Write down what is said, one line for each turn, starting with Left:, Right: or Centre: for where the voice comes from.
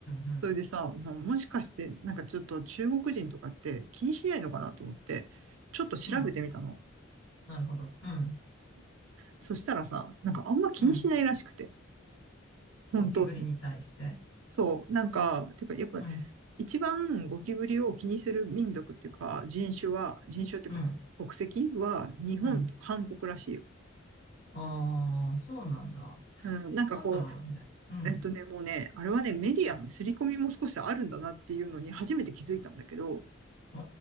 Left: うん。
Right: それでさ、まあ、もしかして、なんかちょっと中国人とかって気にしないのかなと思って、ちょっと調べてみたの。
Left: うんなるほど。うん。
Right: そしたらさ、なんかあんま気にしないらしくて、
Left: うん。
Right: 本当に。
Left: ゴキブリに対して。
Right: そう、なんか、てかやっぱ、
Left: うん。
Right: 一番ゴキブリを気にする民族っていうか、人種は、人種っていうかこ国籍は日本と韓国らしいよ。
Left: うん。うん。ああ、そうなんだ。
Right: うん、なんかこ
Left: なんだろうね。うん。
Right: う、えっとね、もうね、あれはね、メディアの刷り込みも少しあるんだなっていうのに初めて気づいたんだけど、
Left: お